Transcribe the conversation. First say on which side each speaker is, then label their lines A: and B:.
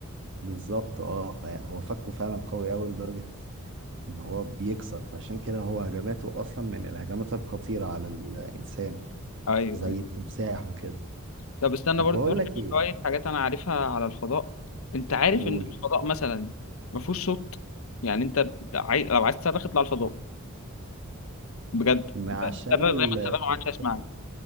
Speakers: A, on the right; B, on the left.
A: بالظبط اه فهو فكه فعلا قوي قوي لدرجة ان هو بيكسر فعشان كده هو هجماته اصلا من الهجمات الخطيرة على الانسان
B: ايوه
A: زي التمساح وكده
B: طب استنى
A: طب
B: برضه
A: بقول
B: اقول
A: لك
B: لك
A: ايه
B: شويه حاجات انا عارفها على الفضاء انت عارف
A: قول
B: ان الفضاء مثلا ما فيهوش صوت يعني انت أنت عاي... لو عايز تصرخ اطلع الفضاء بجد
A: ما عشان
B: تصرخ زي ما تصرخ
A: الصوت
B: ما حدش هيسمعني